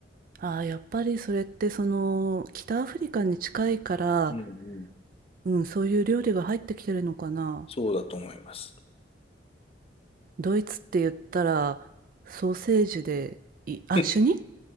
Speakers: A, on the right (about 50°); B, on the left (about 30°).
A: ああ、やっぱりそれってその、北アフリカに近いから、
B: うんうん。
A: うん、そういう料理が入ってきてるのかな。
B: そうだと思います。
A: ドイツって言ったらソーセージでい、あ、
B: <laughs>
A: シュニッ、